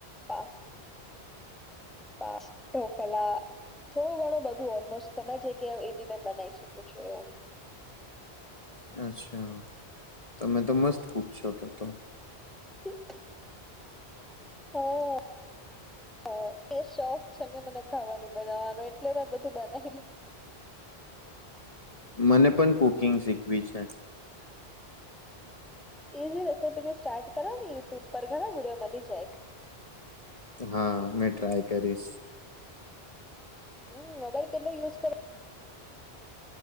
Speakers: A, in the centre; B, on the left (about 35°).
A: પા પાસતા ઢોકલા. થોડું ઘણું બધું ઓલમોસ્ટ તમે જે કે એ બી મે બનાવી શકું છું એવું.
B: અચ્છા! તમે તો મસ્ત ફૂક છો તો તો.
A: <inaudible> હા અ એ શોખ છે ને મને ખાવાનું બનાવવાનું એટલે મેં બધું બનાવીલું
B: મને પણ કુકિંગ શીખવી છે
A: ઈઝી રેસીપી સ્ટાર્ટ કરો ને યુટ્યુબ પર ઘણા વિડીયો મળી જાય
B: હા મેં ટ્રાય કરીશ
A: હમ મોબાઈલ કેટલો યુઝ કર